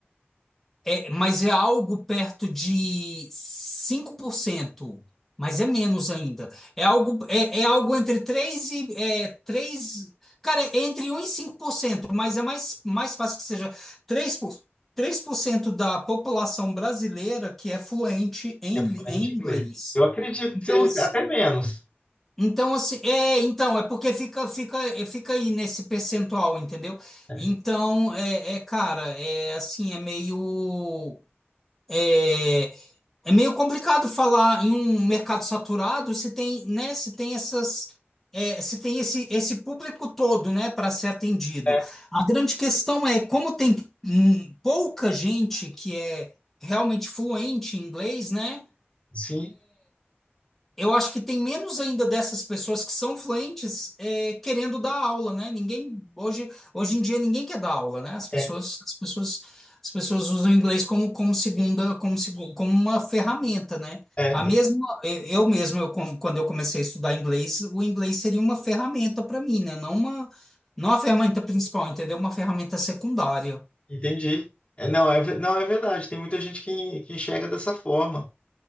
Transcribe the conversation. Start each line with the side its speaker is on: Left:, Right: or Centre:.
Centre: é, mas é algo perto de 5%, mas é menos ainda. É algo, é, é algo entre 3 e é, 3, cara, é entre um e 5%, mas é mais, mais fácil que seja 3 por, 3% da população brasileira que é fluente em,
Left: É fluente
Centre: li- em
Left: em inglês.
Centre: inglês.
Left: Eu acredito
Centre: Então,
Left: que seja
Centre: ass-
Left: até menos.
Centre: então assim, é, então é porque fica fica é, fica aí nesse percentual, entendeu?
Left: né?
Centre: Então, é, é, cara, é assim, é meio é, é meio complicado falar em um mercado saturado se tem, né, se tem essas, é, se tem esse, esse público todo, né, para ser atendido.
Left: É,
Centre: A grande questão é como tem hum, pouca gente que é realmente fluente em inglês, né?
Left: sim,
Centre: Eu acho que tem menos ainda dessas pessoas que são fluentes é, querendo dar aula, né? Ninguém hoje, hoje em dia ninguém quer dar aula, né? As pessoas,
Left: é,
Centre: as pessoas, as pessoas usam o inglês como, como segunda, como, segu- como uma ferramenta, né?
Left: é,
Centre: A mesma,
Left: en-
Centre: eu eu mesmo, eu, com- quando eu comecei a estudar inglês, o inglês seria uma ferramenta para mim, né? Não uma, não a ferramenta principal, entendeu? Uma ferramenta secundária.
Left: entendi. É, não, é, ve- não, é verdade, tem muita gente que, que enxerga dessa forma.